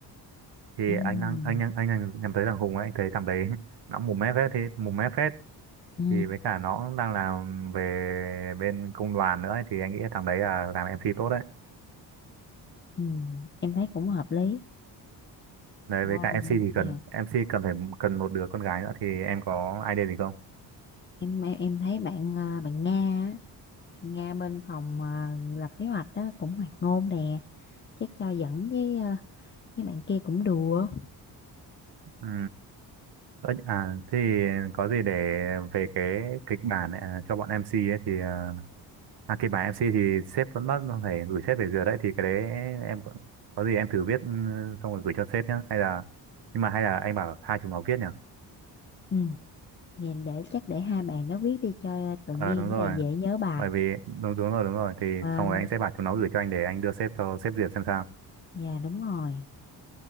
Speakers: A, on the right; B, on the left.
A: Thì
B: ừ
A: anh đang anh đang anh đang nhắm tới thằng Hùng ấy, anh thấy thằng đấy <laughs> nó mồm mép hết thế, mồm mép hết.
B: ừ
A: Thì với cả nó đang làm về bên công đoàn nữa ấy, thì anh nghĩ thằng đấy là làm MC tốt đấy.
B: Ừ, em thấy cũng hợp lý.
A: Đấy
B: Ờ,
A: với cả MC thì cần
B: dạ.
A: MC cần phải cần một đứa con gái nữa thì em có idea gì không?
B: Em, em em thấy bạn ờ, bạn Nga á, bạn Nga bên phòng ờ, lập kế hoạch đó cũng hoạt ngôn nè, chắc cho dẫn với ờ, với bạn kia cũng đùa.
A: Ừ. Ờ, À, thì có gì để về cái kịch bản này, à, cho bọn MC ấy thì à, à, kịch bản em MC thì sếp vẫn bắt phải gửi sếp về duyệt đấy thì cái đấy em có, có gì em thử viết ừ, xong rồi gửi cho sếp nhá hay là nhưng mà hay là anh bảo hai chúng nó viết nhỉ?
B: Ừ, nhìn để chắc để hai bạn nó viết đi cho tự
A: Ờ
B: nhiên
A: đúng rồi.
B: với lại dễ nhớ bài.
A: Bởi vì đúng đúng rồi đúng rồi thì
B: Vâng,
A: xong rồi anh sẽ bảo chúng nó gửi cho anh để anh đưa sếp cho sếp duyệt xem sao.
B: dạ đúng rồi.